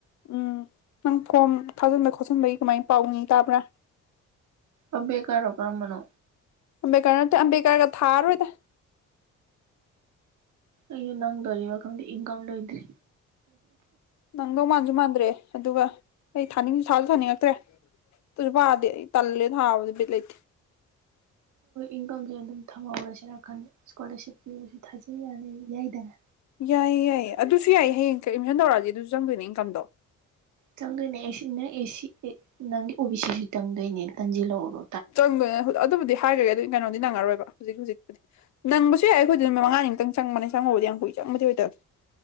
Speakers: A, on the left (about 65°); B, on the right (about 75°).
A: ꯎꯝ ꯅꯪ ꯐꯣꯝ ꯊꯥꯖꯤꯟꯕ ꯈꯣꯠꯆꯤꯟꯕꯒꯤ ꯀꯃꯥꯏꯅ ꯄꯥꯎꯅꯤ ꯇꯥꯕ꯭ꯔꯥ
B: ꯑꯃꯕꯦꯗꯀꯥꯔꯣ ꯀꯔꯝꯕꯅꯣ
A: ꯑꯝꯝꯕꯦꯀꯅ ꯑꯝꯝꯕꯦꯀꯔꯒ ꯊꯥꯔ ꯑꯣꯏꯣꯏꯗ
B: ꯑꯣ ꯅꯪꯗꯣꯔꯤꯕ ꯈꯪꯗꯦ ꯏꯟꯀꯝ ꯂꯣꯏꯗ꯭ꯔꯤ
A: ꯅꯪꯗꯧ ꯃꯥꯟꯁꯨ ꯃꯥꯟꯗ꯭ꯔꯦ ꯑꯗꯨꯒ ꯑꯩ ꯊꯥꯅꯤꯡꯁꯨ ꯊꯥꯁꯨ ꯊꯥꯅꯤꯡꯉꯛꯇ꯭ꯔꯦ ꯇꯁꯨ ꯄꯥꯗ ꯇꯂꯦ ꯊꯥꯕꯗ ꯄꯤꯂ ꯏꯦ
B: ꯏꯟꯀꯝꯁꯨ ꯑꯗꯨꯝ ꯊꯝꯍꯧꯔꯁꯤꯔꯟꯗ ꯏꯁꯀꯣꯂꯔꯁꯤꯞꯀꯤ ꯊꯥꯖꯩ ꯌꯥꯅꯤ ꯌꯥꯏꯗꯅ
A: ꯌꯥꯏꯌꯦ ꯌꯥꯏꯌꯦ ꯑꯗꯨꯁꯨ ꯌꯥꯏꯌꯦ ꯍꯌꯦꯡ ꯑꯦꯠꯃꯤꯁꯟ ꯇꯧꯔꯛꯑꯁꯤ ꯑꯗꯨꯁꯨ ꯆꯪꯗꯣꯏꯅꯦ ꯏꯟꯀꯝꯗꯣ
B: ꯆꯪꯗꯣꯏꯅꯦ ꯑꯦꯁꯤ ꯅꯪ ꯑꯦꯁꯤ ꯑꯦ ꯅꯪꯒꯤ ꯑꯣꯕꯤ ꯁꯤꯁꯨ ꯆꯪꯗꯣꯏꯅꯦ ꯇꯥꯟꯁꯤꯜꯍꯔꯣ
A: ꯆꯪꯗꫭꯏꯅꯦ ꯑꯗꯨꯕꯨꯗꯤ ꯍꯥꯏꯒ꯭ꯔꯒꯦ ꯑꯗꯨ ꯀꯩꯅꯣꯗꯤ ꯅꯪꯉꯔꯣꯏꯕ ꯍꯧꯖꯤꯛ ꯍꯧꯖꯤꯛꯄꯨꯗꯤ ꯅꯪꯕꯁꯨ ꯌꯥꯏ ꯑꯩꯈꯣꯏꯗ ꯃꯉꯥꯅꯤ ꯃꯨꯛꯇꯪ ꯆꯪꯕꯅꯦ ꯆꯪꯕꯕꯨꯗꯤ ꯌꯥꯝ ꯀꯨꯏ ꯆꯪꯕꯗꯤ ꯑꯣꯏꯗꯕ <inaudible>